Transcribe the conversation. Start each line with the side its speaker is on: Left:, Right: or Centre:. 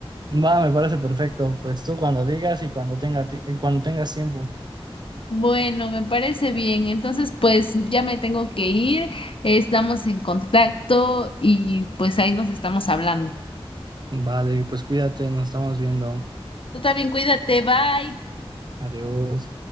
Right: Va, me parece perfecto. Pues tú cuando digas y cuando tenga, ti- y cuando tengas tiempo.
Left: Bueno, me parece bien. Entonces, pues ya me tengo que ir. Estamos en contacto y pues ahí nos estamos hablando.
Right: Vale, pues cuídate, nos estamos viendo.
Left: Tú también cuídate, bye.
Right: Adiós.